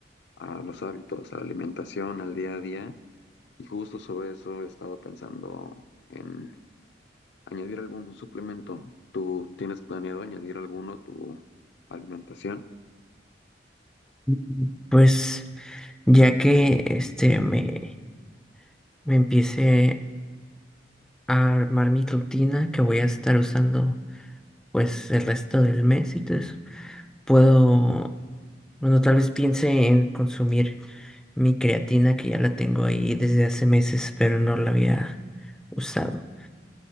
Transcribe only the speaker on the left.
a los hábitos, a la alimentación, al día a día. Y justo sobre eso he estado pensando en añadir algún suplemento. ¿Tú tienes planeado añadir alguno a tu alimentación?